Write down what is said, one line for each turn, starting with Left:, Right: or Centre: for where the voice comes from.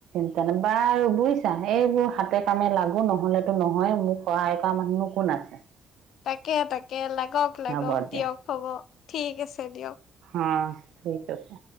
Right: বা আৰু বুজিছা এইবোৰ হাতে কামে লাগো নহলেতো নহয় মোক সহায় কৰে মানুহ নু কোন আছে? <unintelligible>
Left: তাকে- তাকে লাগ লাগক- লাগক
Right: হ'ব
Left: দিয়ক
Right: দিয়া
Left: হ'ব। ঠিক আছে দিয়ক।
Right: অহ, ঠিক আছে।